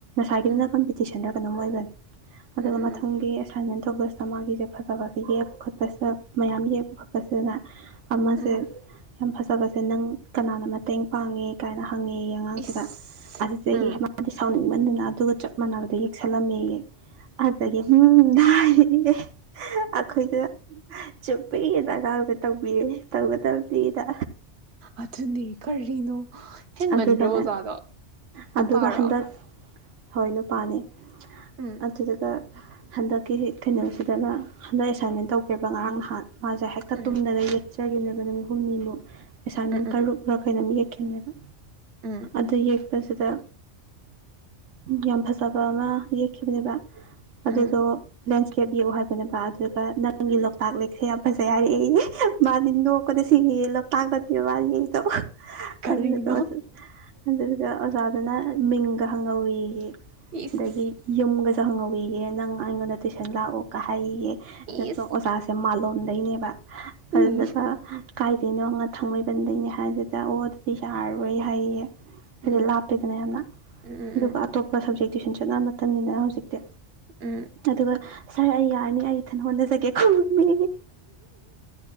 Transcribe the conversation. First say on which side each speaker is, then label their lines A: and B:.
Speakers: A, on the right (about 65°); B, on the right (about 80°).
A: ꯎꯝ
B: ꯁꯥꯏꯒꯤꯗꯅ ꯀꯝꯄꯄꯤꯇꯤꯁꯁꯅꯦ ꯀꯅꯝ ꯑꯣꯏꯖꯔꯦ ꯑꯗꯨꯒ
A: ꯎꯝ
B: ꯃꯊꯪꯒꯤ ꯑꯦꯁꯥꯏꯟꯃꯦꯟ ꯑꯧꯕ ꯃꯥꯒꯤꯁꯦ ꯐꯖꯕꯁꯦ ꯌꯦꯛꯄ ꯈꯣꯠꯄꯁꯤꯗ ꯃꯌꯥꯝ ꯌꯦꯛꯄ ꯈꯣꯠꯄꯁꯤꯗꯅ ꯑꯃꯃ
A: ꯎꯝ
B: ꯁꯦ ꯌꯥꯝ ꯐꯖꯕꯁꯦ ꯅꯪ ꯀꯅꯥꯅ ꯃꯇꯦꯡ ꯄꯥꯡꯉꯦ ꯀꯥꯏꯅ ꯐꯪꯉꯦ ꯑꯉꯥꯡꯁꯤꯗ
A: ꯏꯁ
B: ꯑꯁꯤꯁ
A: ꯎꯝ
B: ꯑꯩꯃꯗꯤ ꯁꯥꯎꯅꯤꯡ ꯃ ꯑꯗꯨꯒ ꯆꯞ ꯃꯥꯟꯅꯗ ꯌꯦꯛꯁꯜꯂꯝꯃꯦꯌꯦ ꯑꯗꯨꯒꯦ ꯎꯝ <inaudible> ꯑꯩꯈꯣꯏꯗ ꯆꯨꯞꯄ ꯌꯦ ꯑꯗꯥꯒ ꯇꯧꯕꯤꯔꯦ ꯇꯧꯒꯗꯕꯅꯤꯅ
A: ꯑꯗꯨꯅꯦ ꯀꯔꯤꯅꯣ ꯍꯦꯟꯃꯟꯗ꯭ꯔꯣ
B: ꯑꯗꯨꯒꯅꯦ
A: ꯑꯣꯖꯥꯗꯣ
B: ꯑꯗꯨꯒ
A: ꯅꯨꯄꯥꯔꯣ
B: ꯍꯟꯗꯛ ꯍꯣꯏ ꯅꯨꯄꯥꯅꯦ
A: ꯎꯝ
B: ꯑꯗꯨꯗꯨꯒ ꯍꯟꯗꯛꯀꯤ ꯀꯩꯅꯣꯁꯤꯗꯅ ꯍꯟꯗꯛ ꯑꯦꯁꯥꯏꯟꯃꯦꯟ ꯇꯧꯈꯔ꯭ꯦ ꯕ ꯉꯔꯥꯡ ꯅꯍꯥꯟ ꯃꯥꯁꯦ ꯍꯦꯛꯇ
A: ꯎꯝ
B: ꯇꯨꯝꯗꯅ <unintelligible> ꯆꯥꯒꯤꯨꯝꯅꯕ ꯅꯨꯃꯤꯠ ꯍꯨꯝꯅꯤꯃꯨꯛ ꯑꯦꯁꯥꯏꯟꯃꯦꯟ
A: ꯎꯝ ꯎꯝ
B: ꯇꯔꯨꯛꯔꯂꯥ ꯀꯩꯅꯣꯝ ꯌꯦꯛ ꯅꯦꯕ
A: ꯎꯝ
B: ꯑꯗꯨ ꯌꯦꯛꯄꯁꯤꯗ ꯌꯥꯝ ꯐꯖꯕ ꯑꯃ ꯌꯦꯛꯈꯤꯕꯅꯦꯕ ꯑꯗꯨꯗꯣ
A: ꯎꯝ
B: ꯂꯦꯟꯁ꯭ꯀꯦꯞ ꯌꯦꯛꯎ ꯍꯥꯏꯕꯅꯦꯕ ꯑꯗꯣ ꯑꯗꯨꯒ ꯅꯪꯒꯤ
A: ꯎꯝ
B: ꯂꯣꯛꯇꯥꯛ ꯂꯦꯛꯁꯦ ꯌꯥꯝ ꯐꯖꯩ ꯍꯥꯏꯔꯛꯑꯦꯌꯦ ꯃꯥꯕꯥꯗꯤ ꯅꯣꯛꯄꯗ ꯁꯤꯔꯦꯌꯦ ꯂꯣꯛꯇꯥꯛ ꯅꯠꯇꯦꯕ ꯃꯥꯅ ꯌꯦꯛꯏꯗꯣ
A: ꯀꯔꯤꯅꯣ
B: ꯑꯗꯨꯗꯨꯒ ꯑꯗꯨꯗꯨꯒ ꯑꯣꯖꯥꯗꯨꯅ ꯃꯤꯡꯒ ꯍꯪꯍꯧꯌꯦ ꯌꯦ
A: ꯏꯁ
B: ꯑꯗꯒꯤ ꯌꯨꯝꯒꯁꯦ <unintelligible> ꯪ ꯑꯩꯉꯣꯟꯗ ꯇꯨꯏꯁꯟ ꯂꯥꯛꯎ ꯀꯥꯍꯥꯌꯦ ꯌꯦ
A: ꯏꯁ
B: ꯑꯣꯖꯥꯁꯦ ꯃꯂꯣꯝ <unintelligible> ꯗꯩꯅꯦꯕ ꯑꯗꯨꯗꯨꯒ
A: ꯎꯝ
B: ꯀꯥꯏꯗꯩꯩꯅꯣꯅ ꯊꯥꯡꯃꯩꯕꯟꯗꯩꯅꯦ ꯍꯥꯏꯒꯤ ꯑꯣ ꯑꯗꯤ ꯌꯥꯔꯔꯣꯏ ꯍꯥꯏꯌꯦꯌꯦ ꯍꯥꯌꯗꯤ
A: ꯎꯝ
B: ꯂꯞꯄꯦꯗꯅ ꯌꯥꯝꯅ
A: ꯎꯝ
B: ꯑꯗꯨꯒ ꯑꯇꯣꯞꯄ ꯁꯞꯖꯦꯛ ꯇ꯭ꯋꯨꯁꯟ ꯆꯠꯅ ꯃꯇꯝꯅꯤꯅ ꯍꯧꯖꯤꯛꯇꯤ
A: ꯎꯝ
B: ꯑꯗꯨꯒ ꯁꯥꯔ ꯑꯩ ꯌꯥꯔꯅꯤ ꯑꯩ ꯏꯊꯟ ꯍꯣꯠꯅꯖꯒꯦ <unintelligible> ꯃꯤ